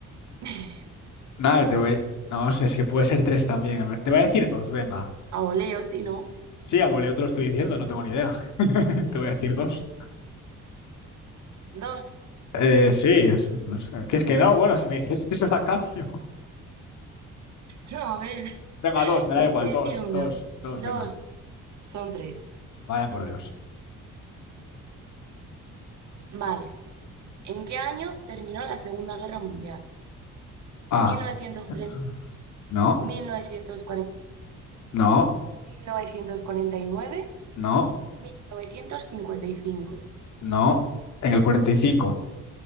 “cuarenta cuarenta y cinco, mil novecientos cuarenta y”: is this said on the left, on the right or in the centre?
Right